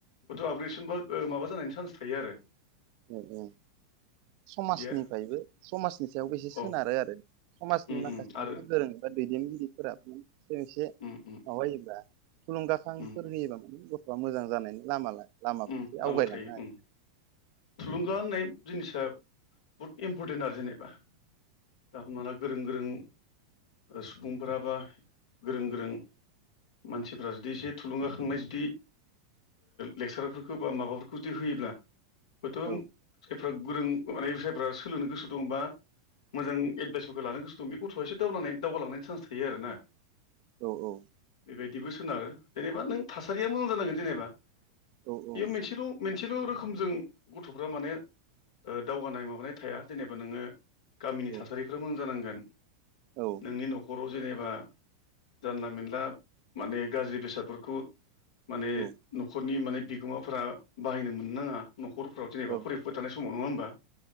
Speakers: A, on the left; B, on the right.
A: बयथ' आपग्रेडसन बा माबा जानायनि चान्स थायो आरो
B: <unintelligible> समाजनिफ्रायबो
A: बिदि आरो
B: समाजनि सायाव एसे सोनारो
A: औ
B: आरो समाजनि
A: उम
B: माखासे
A: उम आरो
B: गोरों दैदेनगिरिफोरा एसे
A: उम उम
B: माबायोबब्ला थुलुंगाखांफोर
A: उम उम
B: होयोबा माने गथ' बा मोजां जानायनि लामा लामा
A: उम
B: फारसे
A: लामा
B: आवगायलांनो
A: थायो
B: हायो।
A: उम थुलुंगा होननाय जिनिसा बहुत इम्परटेन्ट आरो जेनेबा दा हमना ला गोरों गोरों सुबुंफोरा बा गोरों गोरों मानसिफ्रा जुदि एसे थुलुंगाखांनाय जुदि लेक्सारफोरखौ बा माबाफोरखौ जुदि होयोब्ला हयथ'
B: औ
A: जायफ्रा गोरों माने जायफ्रा सोलोंनो गोसो दंबा मोजां एडभाइसफोरखौ लानो गोसो दं बे गथ'आ एसे दाव दावगालांनायनि चान्स थायो आरो ना
B: औ औ
A: बेबायदिबो सोनारो जेनेबा नों थासारिया मोजां जानांगोन जेनेबा
B: औ
A: बेयो
B: औ
A: मोनसेल' मोनसेल' रोखोमजों गथ'फ्रा माने ओ दावगानाय माबानाय थाया। जेनेबा नोंङो गामिनि
B: औ
A: थासारिफ्रा मोजां जानांगोन
B: औ
A: नोंनि न'खर जेनेबा जानला मोनेनला माने गाज्रि बेसादफोरखौ माने
B: औ
A: न'खरनि माने बिगोमाफोरा बाहायनो मोननाङा न'खरफोराव जेनेबा
B: औ
A: फराफुबाय थानाय समाव नङा होमबा